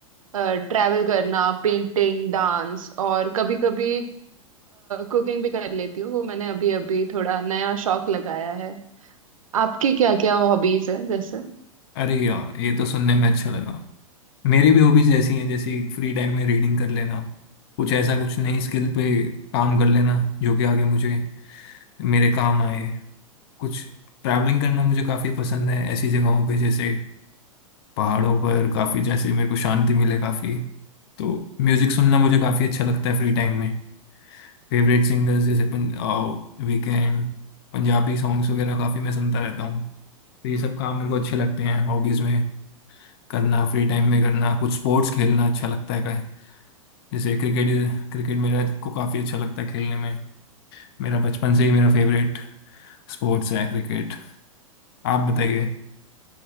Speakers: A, on the right; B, on the left.
A: ट्रैवल करना पेंटिंग डांस और कभी कभी कुकिंग भी कर लेती हूँ वो मैंने अभी अभी थोड़ा नया शौक लगाया है आपकी क्या क्या हॉबीज है जैसे
B: अरे यार ये तो सुनने में अच्छा लगा मेरी भी हॉबीज ऐसी हैं जैसे फ्री टाइम में रीडिंग कर लेना कुछ ऐसा कुछ नई स्किल पे काम कर लेना जो कि आगे मुझे मेरे काम आए कुछ ट्रैवलिंग करना मुझे काफ़ी पसंद है ऐसी जगहों पे जैसे पहाड़ों पर काफ़ी जैसे मेरे को शांति मिले काफ़ी तो म्यूज़िक सुनना मुझे काफ़ी अच्छा लगता है फ्री टाइम में फेवरेट सिंगर्स जैसे पन, वीकेंड पंजाबी सॉन्ग्स वगैरह काफ़ी मैं सुनता रहता हूँ तो ये सब काम मेरे को अच्छे लगते हैं हॉबीज़ में करना फ्री टाइम में करना कुछ स्पोर्ट्स खेलना अच्छा लगता है का जैसे क्रिकेट क्रिकेट मेरा को काफ़ी अच्छा लगता है खेलने में मेरा बचपन से ही मेरा फेवरेट स्पोर्ट्स है क्रिकेट आप बताइए